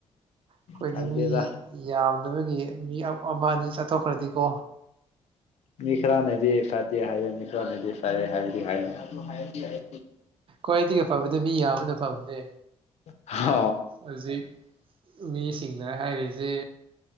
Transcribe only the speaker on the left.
ꯈꯪꯗꯦꯗ
ꯃꯤꯈ꯭ꯔꯥ ꯅꯗꯤ ꯐꯇ ꯍꯥꯏ ꯃꯤꯈ꯭ꯔꯥꯅꯦꯗꯤ ꯇꯦ ꯍꯥꯏ ꯍꯥꯏꯌꯥꯝ ꯍꯥꯏ ꯍꯥꯏ
ꯍ